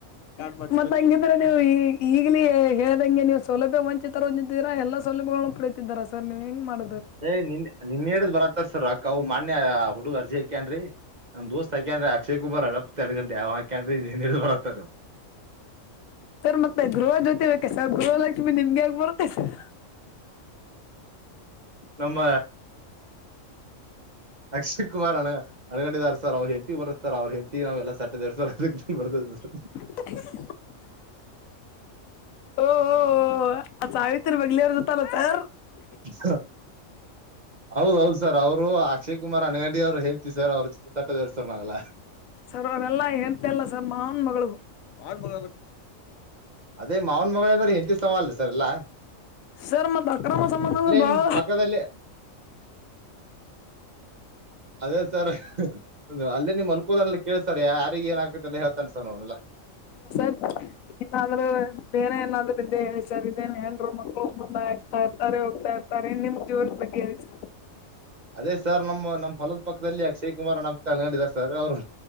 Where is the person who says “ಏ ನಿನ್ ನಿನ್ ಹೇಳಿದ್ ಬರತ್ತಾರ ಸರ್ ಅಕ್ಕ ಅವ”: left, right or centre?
Right